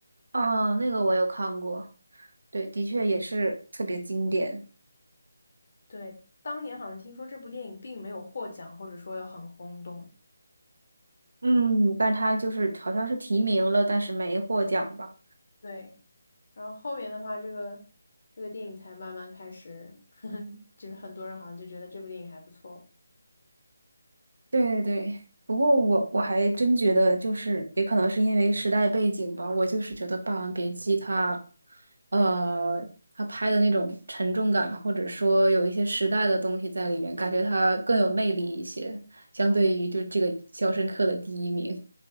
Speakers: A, on the right; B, on the left.
A: 啊，那个我有看过，对，的确也是特别经典。
B: 对，当年好像听说这部电影并没有获奖，或者说有很轰动。
A: 嗯，但他就是好像是提名了，但是没获奖吧？
B: 对，然后后面的话，这个这个电影才慢慢开始，<laughs> 就是很多人好像就觉得这部电影还不错。
A: 对对对，不过我我还真觉得，就是也可能是因为时代背景吧，我就是觉得《霸王别姬》它，呃，它拍的那种沉重感，或者说有一些时代的东西在里面，感觉它更有魅力一些，相对于就这个《肖申克的第一名》。